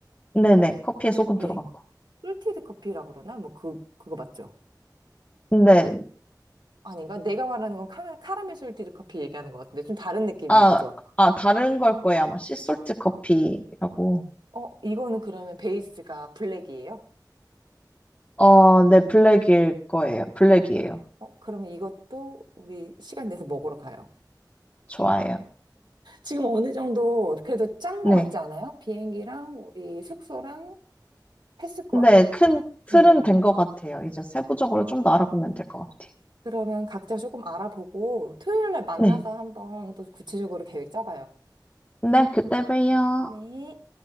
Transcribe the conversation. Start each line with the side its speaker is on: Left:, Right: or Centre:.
Left: 네네. 커피에 소금
Right: 네.
Left: 들어갔고.
Right: 솔티드 커피라 그러나? 뭐 그, 그거 맞죠?
Left: 근데,
Right: 어, 아닌가? 내가 말하는 건 카, 카라멜 솔티드 커피 얘기하는 것 같은데 좀 다른 느낌인
Left: 아,
Right: 거죠?
Left: 아, 다른 걸 거예요. 아마 씨솔트 커피라고.
Right: 어, 이거는 그러면 베이스가 블랙이에요?
Left: 어, 네. 블랙일 거예요. 블랙이에요.
Right: 어, 그러면 이것도 우리 시간 내서 먹으러 가요.
Left: 좋아해요.
Right: 지금 어느 정도 그래도 짠
Left: 네.
Right: 거 같지 않아요? 비행기랑 우리 숙소랑 패스권.
Left: 근데 큰 틀은
Right: 음.
Left: 된 것 같아요. 이제 세부적으로 좀 더 알아보면 될 것 같아요.
Right: 그러면 각자 조금 알아보고 토요일 날 만나서
Left: 네.
Right: 한번 또 구체적으로 계획 짜봐요.
Left: 네, 그때 봬요.
Right: 네.